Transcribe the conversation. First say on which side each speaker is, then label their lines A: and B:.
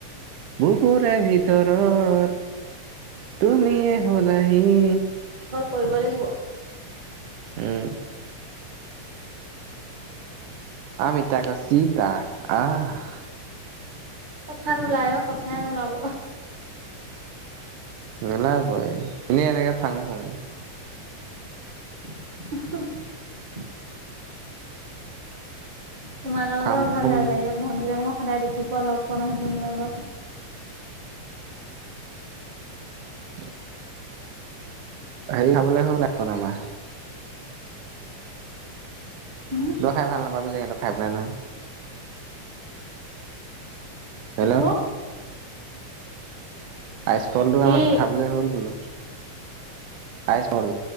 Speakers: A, on the right; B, on the right.
A: বুকুৰে ভিতৰত, তুমিয়ে হলাহি। হি।
B: কৰিব লাগিব।
A: উম! আমি তাক চীতা আহ-
B: কথা নোলায় অঁ কথাই নোলাব
A: নিলাবই এনেই এনেকে থাং ফং
B: উম - তোমাল
A: ফাং
B: ম ওঘাল
A: ফুং
B: ল যায়ে মন্দিৰ ম সদায় দেখি পোৱা লগ পোৱা নহয়জনীৰ লগত
A: <unintelligible> হেৰি খাবলৈ হ'ল আ আমাৰ
B: উম
A: তই খাই ভাল নাপাবি জেগ তো খাই পেলাই নহয়। হেল্ল'
B: কিটো
A: আইচ ফলটো
B: কি
A: আমাক খাবলৈ হ'ল বোলো আইচফল?